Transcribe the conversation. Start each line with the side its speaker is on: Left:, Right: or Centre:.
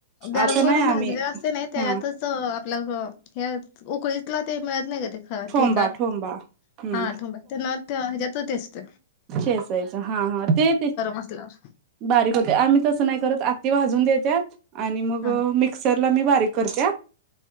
Left: गरम
Right: आता नाही
Left: गरम
Right: आम्ही
Left: भाजले असते नाही त्यातच
Right: हा
Left: आपल्या उकळीतला ते मिळत नाही का
Right: ठोंबा
Left: ते खचा
Right: ठोंबा हम्म
Left: हा आठबा त्यांना हच्यात तो तेचत
Right: चेचायच हा हा ते ते
Left: असल्यावर.
Right: बारीक होते आम्ही तसं नाही करत आती भाजून देत्यात आणि मग
Left: हा
Right: मिक्सरला मी बारीक करते